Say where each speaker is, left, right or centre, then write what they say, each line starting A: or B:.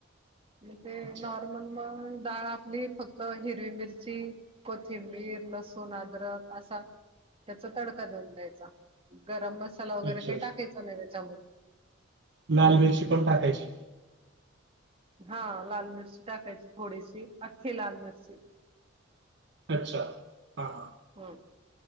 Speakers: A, on the right; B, on the right.
A: मग तेे
B: अच्छा,
A: नॉर्मल मूग डाळ आपली फक्त हिरवी मिरची. कोथिंबीर, लसूण, आदरक असा त्याचा तडका देऊन द्यायचा, गरम मसाला वगैरे
B: अच्छा.
A: काही टाकायचा नाही त्याच्यामध्ये.
B: लाल मिरची पण टाकायची.
A: हा लाल मिरची टाकायची थोडीशी, अख्खी लाल मिरची.
B: अच्छा, हां हां.
A: हा.